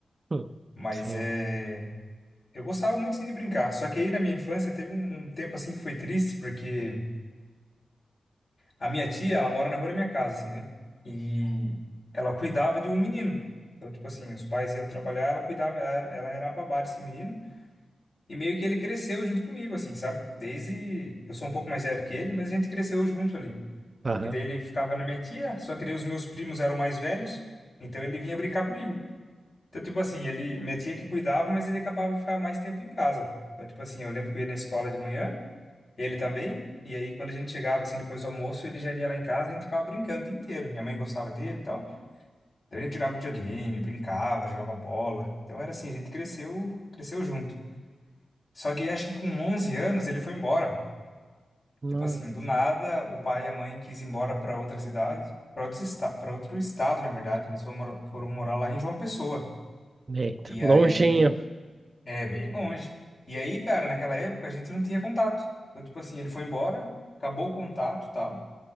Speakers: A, on the right; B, on the left.
A: Hum,
B: Mas
A: Sim.
B: é. Eu gostava muito sim de brincar. Só que aí na minha infância teve um, um tempo assim que foi triste, porque a minha tia, ela mora na rua da minha casa, assim, né? E ela cuidava de um menino. Então, tipo assim, os pais iam trabalhar, ela cuidava, ela ela era a babá desse menino. E meio que ele cresceu junto comigo, assim, sabe? Desde. Eu sou um pouco mais velho que ele, mas a gente cresceu junto ali.
A: Aham.
B: Porque daí ele ficava na minha tia, só que daí os meus primos eram mais velhos. Então ele vinha brincar comigo. Então, tipo assim, ele, minha tia que cuidava, mas ele acabava de ficar mais tempo em casa. Então, tipo assim, eu lembro que eu ia na escola de manhã, ele também, e aí quando a gente chegava, assim, depois do almoço, ele já ia lá em casa e a gente ficava brincando o dia inteiro. Minha mãe gostava dele e tal. Então, a gente jogava videogame, brincava, jogava bola. Então, era assim, a gente cresceu, cresceu junto. Só que acho que com 11 anos ele foi embora.
A: Não.
B: Tipo assim, do nada, o pai e a mãe quis ir embora para outra cidade, para outro, esta para outro estado, na verdade. Eles foram, mora- foram morar lá em João Pessoa.
A: Eita,
B: E
A: longinho.
B: aí
A: <laughs>
B: É bem longe. E aí, cara, naquela época a gente não tinha contato. Então, tipo assim, ele foi embora, acabou o contato e tal.